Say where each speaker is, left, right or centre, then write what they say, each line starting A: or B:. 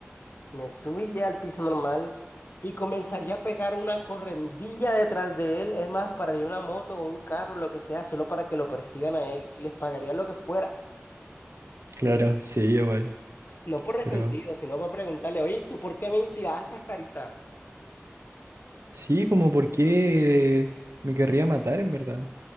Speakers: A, on the left; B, on the right.
A: me subiría al piso normal y comenzaría a pegar una correndilla detrás de él. Es más, pararía una moto o un carro, lo que sea, solo para que lo persigan a él. Les pagaría lo que fuera.
B: Claro, sí, igual,
A: No por resentido,
B: pero
A: sino para preguntarle, oye, ¿tú por qué me tiraste, carita?
B: sí, como por qué me querría matar en verdad.